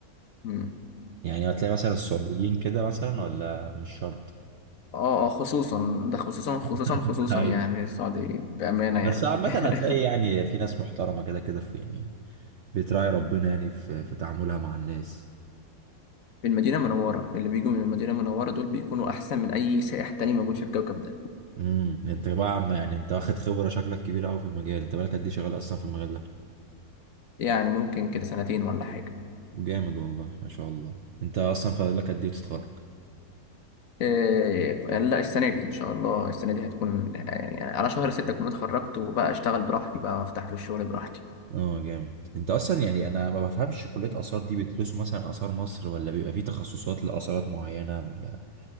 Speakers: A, on the left (about 65°); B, on the right (about 70°).
A: مم.
B: يعني هتلاقي مثلا السعوديين كده مثلا ولا مش شرط
A: اه اه خصوصا ده خصوصا خصوصا
B: <laughs>
A: خصوصا
B: هاي
A: يعني السعوديين بأمانة يعني
B: بس عامة
A: <laughs>
B: هتلاقي يعني في ناس محترمة كده كده في يعني بتراعي ربنا يعني في في تعاملها مع الناس
A: في المدينة المنورة اللي بيجوا من المدينة المنورة دول بيكونوا أحسن من أي سائح تاني موجود في الكوكب ده
B: امم انت بقى عم يعني انت واخد خبرة شكلك كبيرة قوي في المجال انت بقالك قد ايه شغال اصلا في المجال ده
A: يعني ممكن كده سنتين ولا حاجة
B: جامد والله ما شاء الله انت اصلا فاضل لك قد ايه تتخرج
A: إيه لا السنة دي إن شاء الله السنة دي هتكون يعني على شهر ستة أكون اتخرجت وبقى أشتغل براحتي بقى وأفتح في الشغل براحتي
B: اه جامد انت اصلا يعني انا ما بفهمش كلية آثار دي بيدرسوا مثلا آثار مصر ولا بيبقى في تخصصات لآثارات معينة ولا